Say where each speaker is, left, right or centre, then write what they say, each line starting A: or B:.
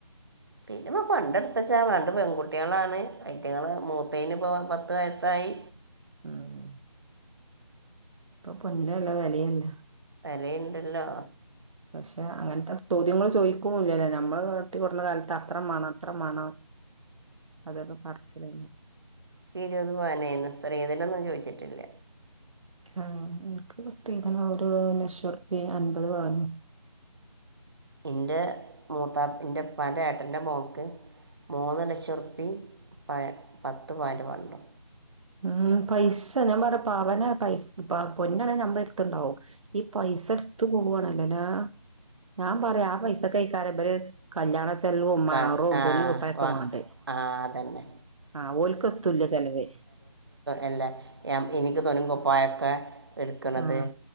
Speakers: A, on the right; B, on the right.
A: പിന്നെ ഇപ്പ പണ്ടെടുത്തച്ചാ വേണ്ട് പെൺകുട്ടികളാണ് ഐറ്റങ്ങള്ൾ മൂത്തേന് ഇപ്പ പത്ത് വയസായി
B: മ്മ് ഇപ്പൊ പൊന്നിന വല്ല വിലയല്ല
A: വലയുണ്ടല്ലോ
B: പക്ഷെ അങ്ങനത്തെ ചോദ്യങ്ങൾ ചോദിക്കില്ലല്ലേ നമ്മള് കട്ടിിക്കടന്ന കാലത്ത് അത്ര മേണം അത്ര മേണം അതൊക്കെ പറച്ചിലായി
A: ഇക്ക് ഇരുപത് പവനെനി സ്ത്രീ തനൊന്നും ചോദിച്ചിട്ടില്ല
B: ആഎനിക്ക് സ്ത്രീധന ഒരു ലക്ഷംറപിഎം അൻപത് പവനും
A: ഇന്റെ മൂത്താ എന്റെപ്പാൻറെ ഏട്ടറെ മോക്ക് മൂന്ന് ലക്ഷംറുപ്പിയ പ പത്ത് പാല് പണ്ടോ
B: ഉം പൈസ ഞാ പറ പവന പൈസ പൊന്നാണെ നമ്മള എടുത്തണ്ടാവും ഈ പൈസ എടുത്ത പോവവാണല്ലോല്ലേ ഞാൻ പറയാ ആ പൈസ കഴിക്കാരര് കല്യാണ ചെലവും
A: ക
B: മാറും
A: ആഹ
B: തുണി കുപ്പായൊക്കെ
A: വ
B: മാണ്ടേ
A: ആഹ അതന്നെ
B: ആഹ് ഓൽക്കത്തല്ല ചെിലവ്
A: അല്ല എനിക്ക് തോണിം കൊപ്പായൊക്കെ എടുക്കണത്
B: ആഹ്